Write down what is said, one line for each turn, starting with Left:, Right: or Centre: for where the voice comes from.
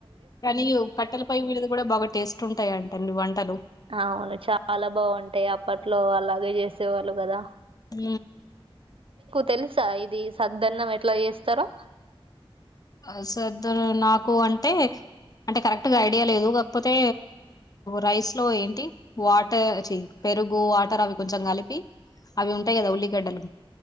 Left: కానీయు కట్టెలపొయ్యి మీదిది గూడా బాగా టేస్ట్ ఉంటాయంటండి వంటలు.
Right: అవును చాలా బాగుంటాయి అప్పట్లో అలాగే చేసేవాళ్ళు గదా.
Left: ఊ
Right: తెల్సా ఇదీ సద్ద్దన్నం ఎట్ల చేస్తరో.
Left: ఆ సద్దన్నం నాకు అంటే. అంటే కరెక్ట్ గా ఐడియా లేదు కాకపోతే రైస్ లో ఏంటి వాటర్ చీ పెరుగూ వాటర్ అవి కొంచెం కలిపి, అవి ఉంటాయి గదా ఉల్లిగడ్డలు.